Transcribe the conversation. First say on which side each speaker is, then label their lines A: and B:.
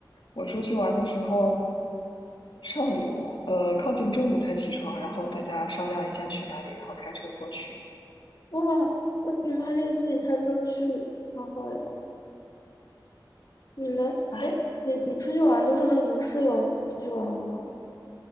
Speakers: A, on the left; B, on the left.
A: 我出去玩的时候，上午呃靠近中午才起床，然后大家商量一下去哪里，然后开车过去。
B: <laughs> 哇，呃你们还可以自己开车去，好好呀。你们，
A: 哎，
B: 哎，你你出去玩都是和你的室友出去玩吗？